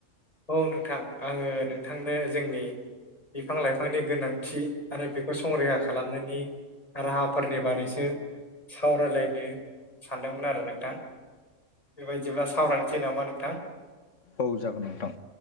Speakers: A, on the left; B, on the left.
A: औ नोंथां आङो नोंथांनो जोंनि बिफां लाइफांनि गोनांथि आरो बेखौ संरैखा खालामनायनि राहाफोरनि बारैसो सावरायलायनो सानदोंमोन आरो नोंथां। बेबायदिब्ला सावरायनोसै नामा नोंथां
B: औ जागोन नोंथां